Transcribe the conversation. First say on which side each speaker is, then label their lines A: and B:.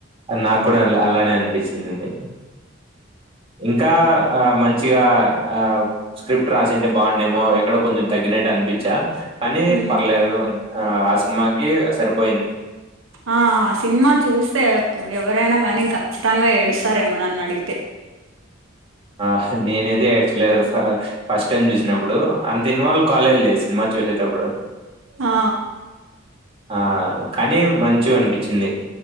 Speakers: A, on the right; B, on the right.
A: నా కూడా అ అలానే అనిపించింది <inaudible> ఇంకా ఆ మంచి మంచిగా ఆ స్క్రిప్ట్ రాసింటే బాగుండేమో అక్కడ కొంచెం తగ్గినట్టు అనిపించా కానీ
B: హ
A: పర్లేదు ఆ ఆ సినిమాకి సరిపోయింది
B: ఆ సినిమా చూస్తే ఎవరైనా కానీ ఇంక ఖచ్చితంగా ఏడుస్తారేమో నన్ను అడిగితే
A: ఆ నేనేది ఏడ్చలేదు ఫస్ట్ టైమ్ చూసినప్పుడు దిన్వాల్వ్ కాలేదు లేదు సినిమా చూసేటప్పుడు
B: ఆ
A: ఆ కానీ మంచివి అనిపిచ్చింది